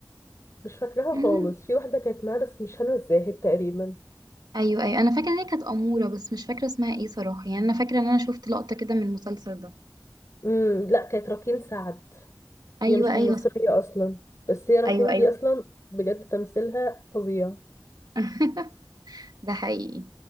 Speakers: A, on the left; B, on the right.
A: مش فاكراها
B: مم.
A: خالص في واحدة كانت معاه بس مش هنا الزاهد تقريبا
B: ايوه ايوه انا فاكره ان هي كانت اموره بس مش فاكره اسمها ايه صراحه يعني انا فاكره ان انا شفت لقطه كده من المسلسل ده
A: امم لأ كانت راكين سعد
B: ايوه
A: هي مش مصرية
B: ايوه صح.
A: أصلا بس هي راكين
B: ايوه ايوه
A: دي أصلا بجد تمثيلها فظيع
B: <laughs> ده حقيقي